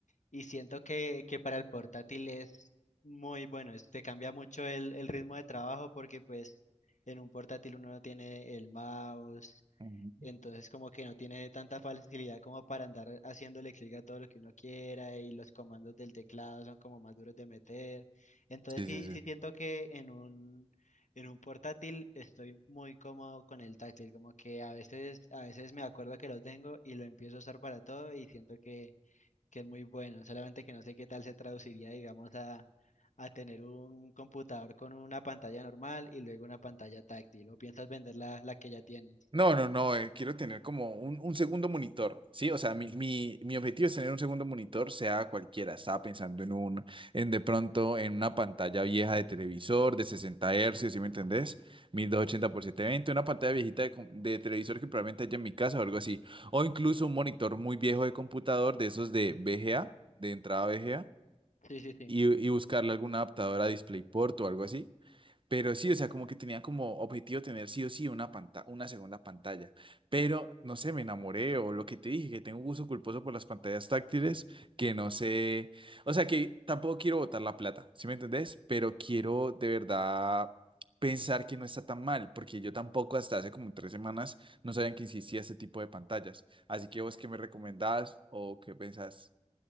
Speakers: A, on the left; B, on the right.
A: y siento que, que para el portátil es muy bueno, es- te cambia mucho el, el ritmo de trabajo porque pues en un portátil uno no tiene el mouse,
B: Ujú.
A: Entonces como que no tiene tanta facilidad como para andar haciéndole clic a todo lo que uno quiera y los comandos del teclado son como más duros de meter. Entonces
B: Sí,
A: sí,
B: sí, sí.
A: sí siento que en un, en un portátil estoy muy cómodo con el táctil, como que a veces, a veces me acuerdo que lo tengo y lo empiezo a usar para todo y siento que, que es muy bueno, solamente que no sé qué tal se traduciría, digamos, a, a tener un computador con una pantalla normal y luego una pantalla táctil, o piensas vender la, la que ya tienes.
B: No, no, no, eh, quiero tener como un, un segundo monitor, ¿sí? O sea, mi, mi, mi objetivo es tener un segundo monitor, sea cualquiera. Estaba pensando en un, en de pronto, en una pantalla vieja de televisor de 60 hercios, ¿sí me entendés? 1280 por 720, una pantalla viejita de, com- de televisor que probablemente haya en mi casa o algo así. O incluso un monitor muy viejo de computador, de esos de VGA, de entrada VGA,
A: Sí, sí, sí.
B: y, y buscarle algún adaptador a DisplayPort o algo así. Pero sí, o sea, como que tenía como objetivo tener sí o sí una panta- una segunda pantalla. Pero no sé, me enamoré o lo que te dije, que tengo un gusto culposo por las pantallas táctiles, que no sé, o sea, que tampoco quiero botar la plata, ¿sí me entendés? Pero quiero de verdad pensar que no está tan mal, porque yo tampoco hasta hace como tres semanas no sabían que existía ese tipo de pantallas. Así que vos qué me recomendás o qué pensás?